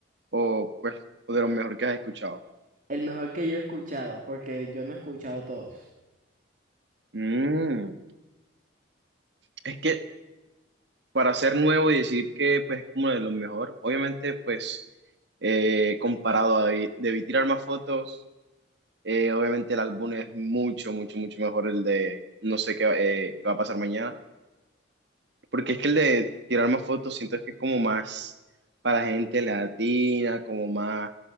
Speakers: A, on the right (about 60°); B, on the right (about 45°).
A: o pues o de lo mejor que has escuchado.
B: El mejor que yo he escuchado, porque yo no he escuchado todos.
A: Mm, Es que para ser nuevo y decir que pues es como de lo mejor, obviamente pues eh, comparado a Debí, Debí tirar más fotos, eh, obviamente el álbum es mucho, mucho, mucho mejor el de No sé qué, eh, qué va a pasar mañana. Porque es que el de tirar más fotos siento que es como más para gente latina, como más,